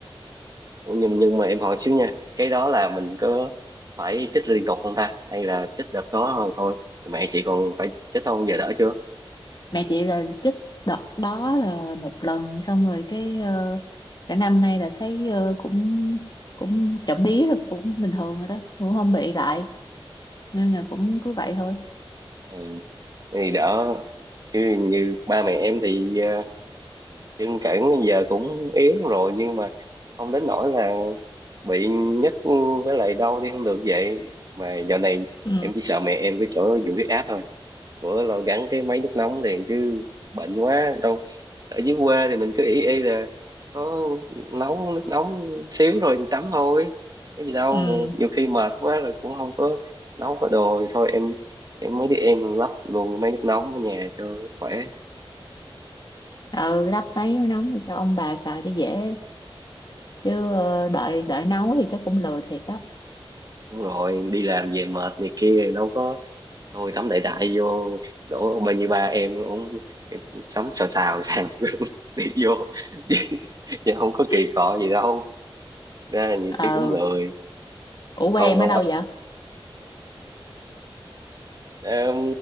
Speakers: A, on the right; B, on the left.
A: nhưng nhưng mà em hỏi xíu nha cái đó là mình có phải chích liên tục không ta hay là chích đợt đó rồi thôi mẹ chị còn phải chích không giờ đỡ chưa
B: mẹ chị là chích đợt đó là một lần xong rồi cái ờ, cả năm nay là thấy ờ, cũng cũng chậm bí là cũng bình thường rồi đó cũng không bị lại nên là cũng cứ vậy thôi
A: ừ, thì đỡ chứ như ba mẹ em thì ờ, chân cẳng giờ cũng yếu lắm rồi nhưng mà không đến nỗi là bị nhức với lại đau đi không được vậy mà dạo này
B: ừ
A: em chỉ sợ mẹ em cái chỗ vụ huyết áp thôi bữa là gắn cái máy nước nóng liền chứ bệnh quá đâu ở dưới quê thì mình cứ ỷ y là có nấu nước nóng xíu rồi thì tắm thôi có gì đâu
B: ừ
A: mà nhiều khi mệt quá rồi cũng không có nấu có đồ thì thôi em em mới đi em lắp luôn máy nước nóng ở nhà cho khỏe
B: ừ lắp mấy mới nóng cho ông bà xài cho dễ chứ ờ, đợi đợi nấu thì chắc cũng lười thiệt đó
A: đúng rồi đi làm về mệt này kia đâu có thôi tắm đại đại vô đổ bao nhiêu ba em cũng sống xào xào xào <laughs> đi vô <laughs> chứ chứ không có
B: <laughs>
A: kỳ cọ gì đâu ra là nhiều
B: ừ
A: khi cũng lười
B: ủa quê
A: còn
B: em
A: còn
B: ở đâu
A: ba-
B: vậy
A: em